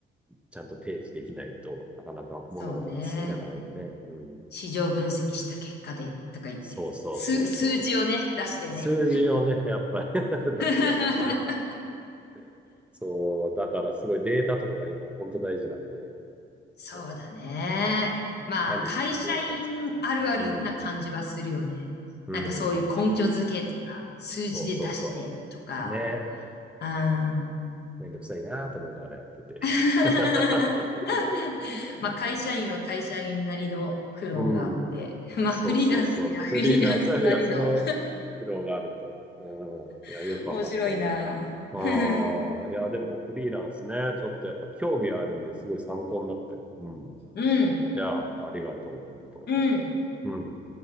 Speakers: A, in the centre; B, on the left.
A: ちゃんと提示できないとなかなか物事が進んでいかないんでね。
B: そうね。
A: うん、
B: 市場分析した結果でとか言って、
A: そうそうそうそう。
B: 数、数字をね、出してね。
A: 数字をね、やっぱり <laughs> 出してやる。
B: <laughs>
A: <laughs> そう、だからすごいデータとかが今本当大事なんで、
B: そうだね。
A: そう、
B: まあ、
A: いかにデータ作って、
B: 会社員あるあるな感じはするよね。
A: うん、うん、
B: なんかそういう根拠付けとか、数字で出してとか、
A: そうそうそう。ね、
B: うん。
A: めんどくさいなと思いながらやってて。
B: <laughs>
A: <laughs>
B: まあ、会社員は会社員なりの苦労があって、
A: うん。
B: まあ、
A: そうそうそう。
B: フリーランスにはフリーランスなりの
A: フリーランスよりはその苦労があると。うん。
B: <laughs>
A: いや、よくわかったんで。
B: 面白いな。
A: ああ、
B: <laughs> う
A: いや、でもフリーランスね、ちょっとやっぱ興味はあるんですごい参考になったよ。うん。
B: ん、
A: いや、ありがとう、本当。
B: うん。
A: うん。